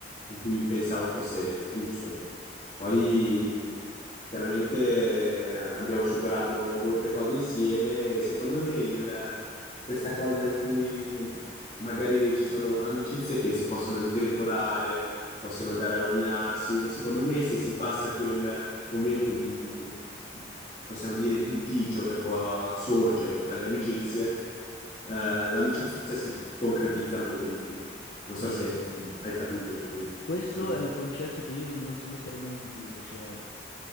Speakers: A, on the left; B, on the left.
A: in cui pensavo fosse giusto. Poi chiaramente abbiamo superato molte cose insieme e secondo me il- questa cosa in cui magari ci sono amicizie che si possono sgretolare, possono andare a rovinarsi, secondo me se si passa quel momento di, possiamo dire, litigio che può sorgere tra le amicizie, eh, l'amicizia si concretizza molto di più. Non
B: Sì,
A: so se hai capito ciò che
B: questo
A: dico.
B: è un concetto che io non non smetterò mai di dire, cioè...